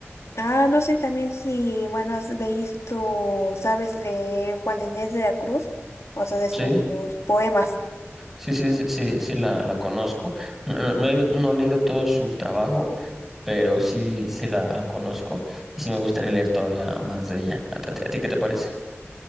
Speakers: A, on the left; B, in the centre.
A: Ah, no sé también si, bueno, has visto, sabes, de Juan Inés de la Cruz, o sea, de sus
B: Sí,
A: poemas.
B: sí, sí, sí, sí, sí la, la conozco. No, no- no he ido- no he leído todo su trabajo, pero sí, sí la, la conozco y sí me gustaría leer todavía más de ella. ¿A, ti a ti qué te parece?